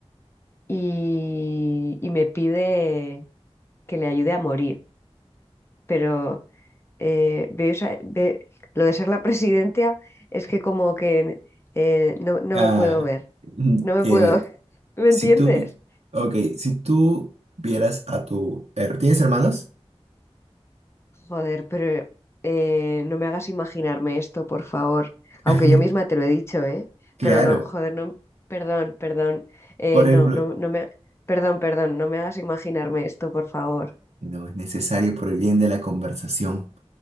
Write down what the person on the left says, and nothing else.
y, y me pide que le ayude a morir. Pero eh, veo esa- ve- lo de ser la presidenta es que como que eh, no, no
me puedo ver,
no me
puedo, <laughs> ¿me entiendes?
Joder, pero eh, no me hagas imaginarme esto, por favor. Aunque
yo misma te lo he dicho, ¿eh?
Pero no, joder, no, perdón, perdón, eh,
no,
no, no me, perdón, perdón, no me hagas imaginarme esto, por favor.